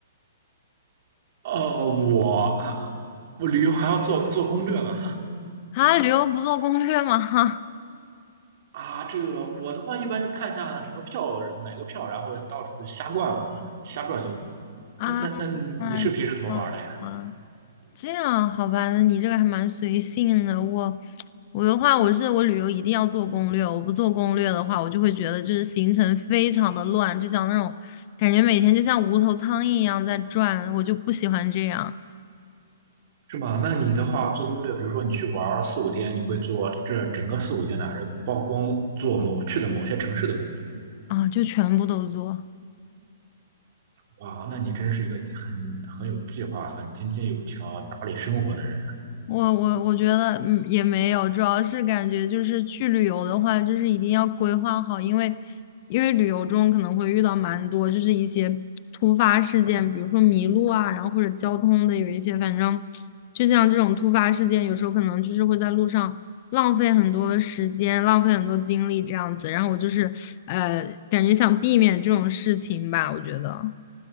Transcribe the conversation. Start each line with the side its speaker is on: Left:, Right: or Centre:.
Right: 哦，我啊，我旅游还要做做攻略嘛。
Left: 啊旅游不做攻略吗？<laughs>
Right: 啊，这个我的话一般就看一下什么票，买个票，然后到处瞎逛嘛瞎转悠。
Left: 啊
Right: 那那那你是平时怎么玩的呀？
Left: 啊，啊，这样好吧，那你这个还蛮随性的。我我的话，我是我旅游一定要做攻略，我不做攻略的话，我就会觉得就是行程非常的乱，就像那种感觉每天就像无头苍蝇一样在转，我就不喜欢这样
Right: 是吗？那你的话做攻略，比如说你去玩四五天，你会做这整个四五天呢，还是曝光做某去的某些城市的攻
Left: 啊，就全部都做。
Right: 略？哇，那你真是一个很很有计划、很井井有条、打理生活的人。
Left: 我我我觉得嗯也没有，主要是感觉就是去旅游的话，就是一定要规划好，因为因为旅游中可能会遇到蛮多就是一些突发事件，比如说迷路啊，然后或者交通的有一些，反正就像这种突发事件，有时候可能就是会在路上浪费很多的时间，浪费很多精力这样子。然后我就是呃，感觉想避免这种事情吧，我觉得。